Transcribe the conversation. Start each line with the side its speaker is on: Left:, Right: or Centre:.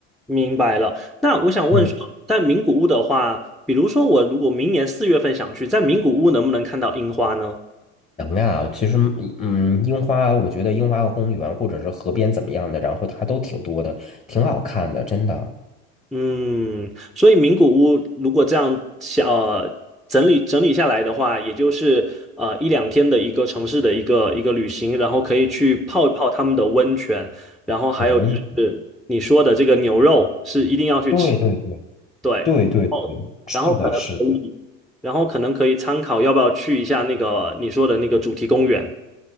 Centre: 明白了。那我想问说，
Left: 嗯。
Centre: 在名古屋的话，比如说我如果明年四月份想去，在名古屋能不能看到樱花呢？
Left: 能啊，其实，嗯，嗯樱花，我觉得樱花公园或者是河边怎么样的，然后它都挺多的，挺好看的，真的。
Centre: 嗯，所以名古屋如果这样想，呃，整理整理下来的话，也就是呃一两天的一个城市的一个一个旅行，然后可以去泡一泡他们的温泉，然后还有就是你说的这个牛肉是一定要去吃，
Left: 可以。对对对
Centre: 对，
Left: 对对对，
Centre: 哦，
Left: 是的，
Centre: 然后可能可以。
Left: 是的，
Centre: 然后可能可以参考要不要去一下那个你说的那个主题公园。